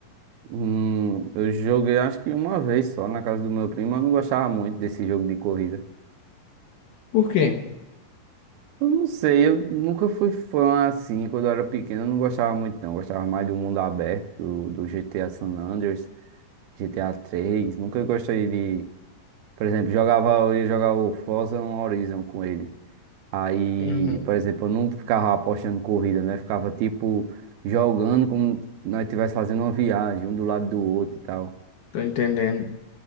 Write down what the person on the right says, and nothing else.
Hum, eu joguei acho que uma vez só na casa do meu primo, eu não gostava muito desse jogo de corrida.
Eu não sei, eu nunca fui fã assim, quando eu era pequeno eu não gostava muito não, eu gostava mais do mundo aberto, do, do GTA San Andreas, GTA três nunca gostei de, por exemplo, jogava, eu ia jogar o Forza Horizon com ele. Aí,
por exemplo, eu não ficava apostando corrida, né? Ficava tipo jogando como nós estivéssemos fazendo uma viagem, um do lado do outro e tal.